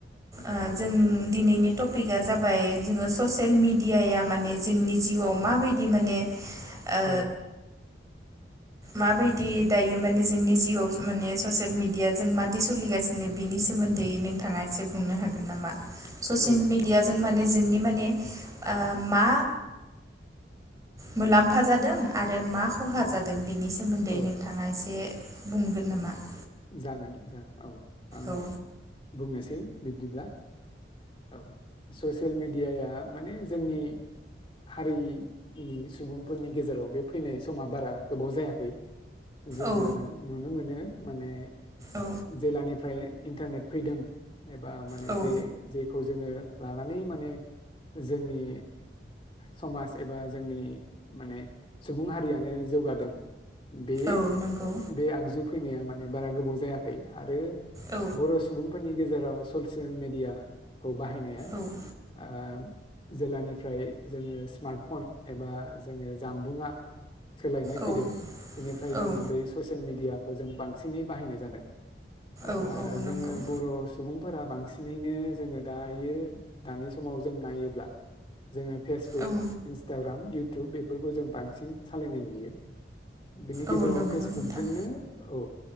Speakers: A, on the right (about 20°); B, on the left (about 30°).
A: आङो टपिकआ जाबाय जोङो ससियेल मिडियाया माने जोंनि जिउआव मा बायदि माने ओ
B: औ
A: माबायदि दायो माने जोंनि जिउआव माने ससियेल मेडिया जों मादि सोलिगासिनो बिनि सोमोन्दै नोंहा एसे बुंनो हागोन नामा? ससियेल
B: औ
A: मिडिया
B: औ
A: जों मानि जोंनि मानि ओ मा मुलाम्फा जादों आरो मा खहा जादों। <unintelligible> मोन्दै
B: औ
A: नोंथाङा एसे बुंगोन नामा <inaudible>
B: जागोन ओ औ आं
A: औ
B: बुंनोसै दे बिदिब्ला औ। ससियेल मेडियाया माने जोंनि हारिनि सुबुंफोरनि गेजेराव बे फैनाय समा बारा गोबाव जायाखै। जोङो
A: औ
B: नुनो मोनो। माने
A: औ
B: जेलानिफ्राय इन्टारनेट फैदों एबा माने
A: औ
B: जे जेखौ जोङो लानानै माने जोंनि समाज एबा जोंनि माने सुबुं हारियानो जौगादों। बे
A: औ नंगौ
B: बे आगजु फैनाया मान बे बारा गोबाव जायाखै आरो
A: औ
B: बर' सुबुंफोरनि गेजेराव ससियेल मेडिया। खौ बाहायनाया ओ
A: उम
B: जेब्लानिफ्राय ओमफ्राय जोङो स्मार्टफन एबा जोङो जानबुंङा सोलायनाय
A: औ
B: फैदों बेनिफ्राय जोङो
A: औ
B: बै ससियेल मिडिया ओजों बां बांसिनै बाहायनाय जादों। अब्ला
A: औ औ नंगौ
B: जोङो बर' सुबुं फोरा बांसिनैनो जोङो दायो दानि समाव जों नायोब्ला जोङो। फेसबुक
A: औ
B: इन्सताग्राय <unintelligible> इउटुब बेफोरखौ जों बांसिन सालायनाय नुयो। बिनि गेजेराव
A: औ नंगौ
B: फेसबुकजोंनो
A: नोंथां
B: औ।